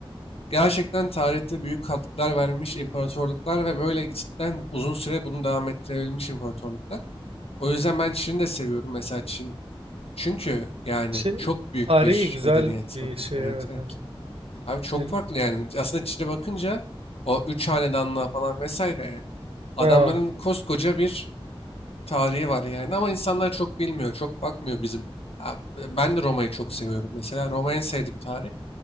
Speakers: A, on the left; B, on the right.
A: Gerçekten tarihte büyük katkılar vermiş imparatorluklar ve böyle cidden uzun süre bunu devam ettirebilmiş imparatorluklar. O yüzden ben Çin'i de seviyorum mesela Çin. Çünkü yani
B: Çin
A: çok büyük
B: tarihi
A: bir
B: güzel
A: medeniyet
B: bir
A: bakınca.
B: şey
A: Evet
B: evet
A: evet.
B: hani.
A: Abi çok
B: Yani,
A: farklı yani. Aslında Çin'e bakınca o üç hanedanlığa falan vesaire yani. Adamların
B: bayağı
A: koskoca bir tarihi var yani ama insanlar çok bilmiyor, çok bakmıyor bizim. Ha, ben de Roma'yı çok seviyorum mesela. Roma'yı en sevdiğim tarih.